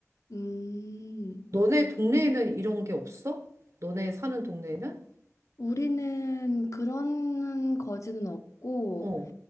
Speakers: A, on the left (about 70°); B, on the right (about 65°).
A: 음.
B: 너네 동네에는 이런 게 없어? 너네 사는 동네에는?
A: 우리는 그런 거지는 없고,
B: 어,